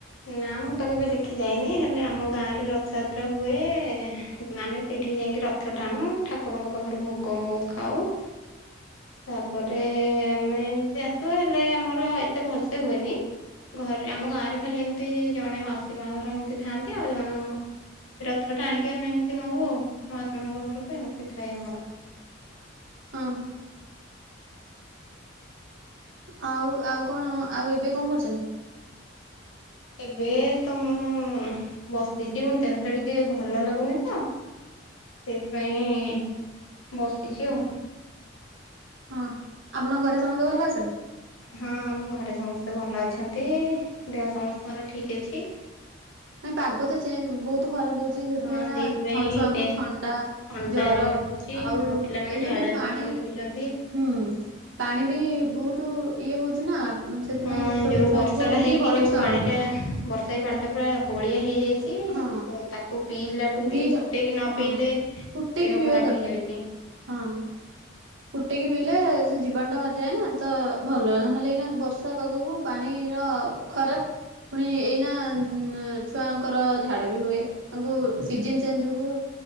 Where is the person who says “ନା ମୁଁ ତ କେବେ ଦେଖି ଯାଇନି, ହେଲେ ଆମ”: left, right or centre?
Left